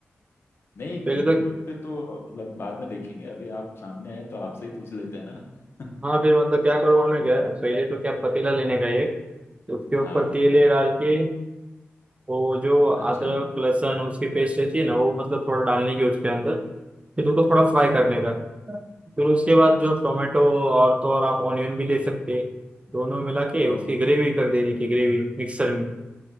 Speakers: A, on the left; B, on the right.
A: नहीं
B: पहले
A: यूट्यूब
B: तो
A: पे तो मतलब बाद में देखेंगे अभी आप सामने आए तो आपसे ही पूछ लेते हैं ना <laughs>
B: हाँ फिर मतलब क्या करो मालूम है क्या पहले तो क्या पतीला लेने का एक तो उसके ऊपर
A: हाँ
B: तेल ये डाल के वो जो
A: अच्छा
B: अदरक लहसुन उसकी पेस्ट रहती है ना वो मतलब थोड़ा डालने की उसके अंदर फिर उसको थोड़ा
A: अच्छा
B: फ्राई करने का फिर उसके बाद
A: अच्छा
B: जो टोमेटो और तो और आप ऑनियन भी ले सकते हैं दोनों मिला के
A: ओ
B: उसकी ग्रेवी कर देने की ग्रेवी मिक्सर में